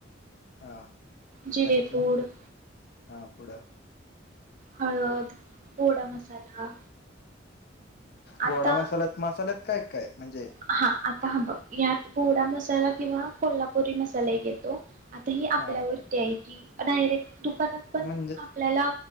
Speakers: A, on the left; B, on the right.
A: हा
B: जिरे
A: आणखी
B: पूड <inaudible>
A: हा पुढ?
B: हळद गोडा मसाला आता
A: गोडा मसालात मसाल्यात काय? काय म्हणजे
B: हा <inaudible> आता हं बघ हयात गोडा मसाला किंवा कोल्हापुरी मसाला एक येतो. आता हे आपल्यावरती
A: हा
B: आहे की नाहीरे. दुकानात पण
A: म्हणजे
B: आपल्याला